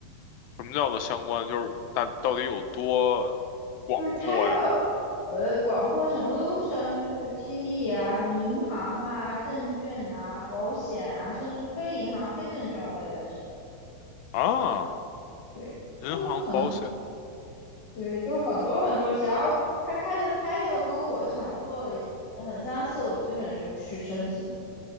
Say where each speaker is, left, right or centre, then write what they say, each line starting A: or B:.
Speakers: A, on the left (about 75°); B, on the left (about 45°).
A: 什么叫做相关？就是大到底有多广阔呀？
B: 就是 title，呃，广阔什么都升，就是 TD 啊，什么银行啊、证券啊、保险啊，甚至非银行、非证券我也在升。
A: 啊，
B: 对，
A: 银行、
B: 就是很
A: 保险，
B: 对，就很多很多，只要他开的 title 跟我想做的很相似，我基本就去申请。